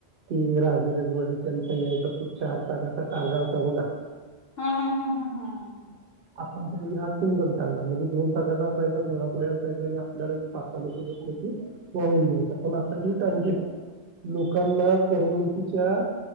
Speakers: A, on the right; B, on the left.
A: की वीरजवाडी त्यांचा यायचा तो चार चाकाचा टांगा होता बघा.
B: हा हा हा हा.
A: आपण त्या हा सिंगल टांगा म्हणजे दोन प्रकारचा असायचा घोडा पुढे असायचा आणि आपल्याला एक पाच साहा लोक बसले. वाहून ण्यांयचा पण आता ती टागी लोकांना करमणुकीचे च्या